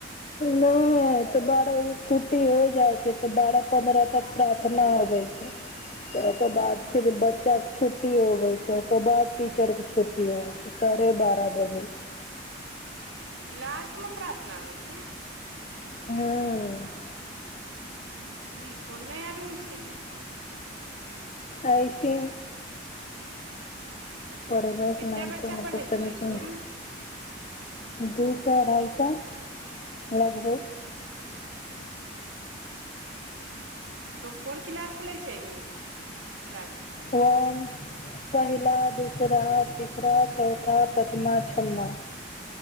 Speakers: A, on the left; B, on the right.
A: नहि ह तऽ बारह बजे छुट्टी हो जाइ छै तऽ बारह पन्द्रह तक प्रार्थना होबै छै तऽ ओकर बाद फिर बच्चाक के छुट्टी अबै छै ओकर बाद टीचर के छुट्टी अबैछै साढ़े बारह बजै छै
B: लास्ट मे प्रार्थना होइ छै
A: हं
B: ई को नया रूल छै गे
A: आइसी परबाइ एक
B: कते
A: नाम
B: बच्चा
A: पर मत
B: पढ़ै
A: तनी
B: छौ
A: सुन
B: स्कुल मे
A: दू सए अढ़ाइ सए लगभग
B: अच्छा तो कोन किलास के लै छै हीं किलास
A: वन पहिला दूसरा तीसरा चौथा पचमा छम्मा